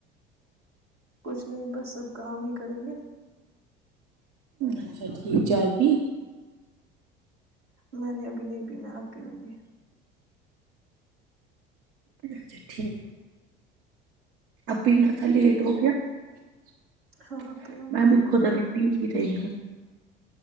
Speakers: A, on the right; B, on the right.
A: کچھ نہیں بس سب کام ہی کریں گے
B: اچھا ٹھیک ج آفی
A: میں نہیں ابھی نہیں بھی میں اب پی ہوںں گی
B: اچھا ٹھیک اب بھی نہ تھا لیٹ ہو گیا <inaudible>
A: ہاں پیوں
B: میں
A: گی
B: بھی خوودا بی پی رہی ہے <inaudible>